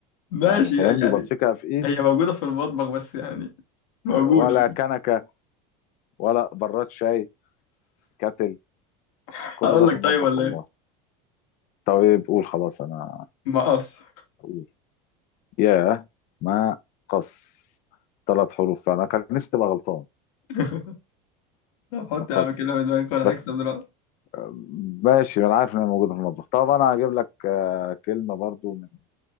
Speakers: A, on the left; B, on the left.
A: ماشي
B: يعني فاهمني
A: يعني
B: وبمسكها في إيدي
A: هي موجودة في المطبخ بس يعني موجودة
B: ولا كنكة ولا براد شاي كاتل
A: <laughs>
B: كل
A: هقول
B: ده
A: لك
B: في المطبخ
A: طيب ولا
B: والله
A: ايه
B: طيب قول خلاص انا
A: مقص
B: اقول ياه ما قص ثلاث حروف فانا كان نفسي تبقى غلطان
A: <laughs> طب حط
B: ما قص
A: يا عم كده في دماغك وانا
B: بس
A: هكسب دلوقتي
B: آه، ماشي انا عارف ان هي موجوده في المطبخ طب انا هجيب لك آه، كلمه برضو من